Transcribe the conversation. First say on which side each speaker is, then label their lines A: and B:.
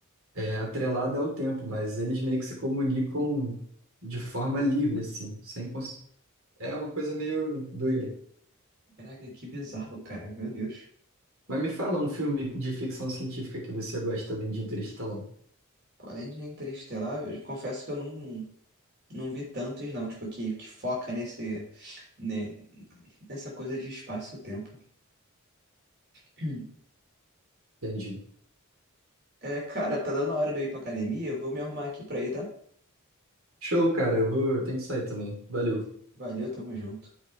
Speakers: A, on the right (about 70°); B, on the right (about 50°).
A: é, atrelada ao tempo, mas eles meio que se comunicam de forma livre, assim, sem cons... É uma coisa meio doida.
B: Caraca, que bizarro, cara. Meu Deus.
A: Mas me fala um filme de ficção científica que você gosta além de Interestelar.
B: Pô, Além de Interestelar, eu confesso que eu não, não vi tantos, não. Tipo, que, que foca nesse, ne- nessa coisa de espaço-tempo. <clears throat>
A: Entendi.
B: É, cara, tá dando a hora de eu ir pra academia. Eu vou me arrumar aqui pra ir, tá?
A: Show, cara. Eu vou, eu tenho que sair também. Valeu.
B: Valeu, tamo junto.